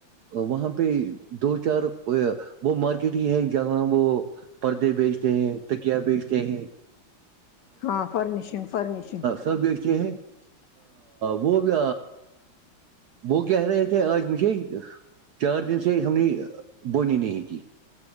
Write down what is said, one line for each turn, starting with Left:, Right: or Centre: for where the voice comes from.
Right: وہاں پہ دو چار وہ مارکیٹ ہی ہے جہاں وہ پردے بیچتے ہیں تکیا بیچتے ہیں
Left: ہاں فرنیشنگ فرنیش
Right: سب دیکھتے ہیں وہ بھی وہ کہہ رہے تھے آج مجھے چار دن سے ہم نے بونی نہیں کی